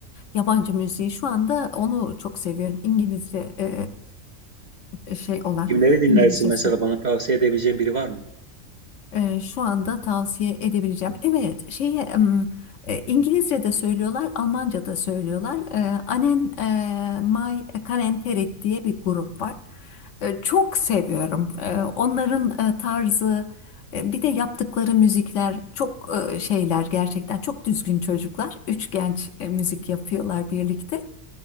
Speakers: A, on the left (about 65°); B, on the right (about 45°).
A: Yabancı müziği şu anda onu çok seviyorum İngilizce e, e, şey olan
B: Kimleri dinlersin
A: İngilizce
B: mesela bana tavsiye edebileceğin biri var mı?
A: Ee, şu anda tavsiye edebileceğim. Evet, şeye em, e, İngilizce'de söylüyorlar, Almanca'da söylüyorlar. Ee, Anen e, May Kalenterit diye bir grup var. Ee, çok seviyorum. Ee, onların e, tarzı, e, bir de yaptıkları müzikler çok e, şeyler gerçekten çok düzgün çocuklar. Üç genç e, müzik yapıyorlar birlikte.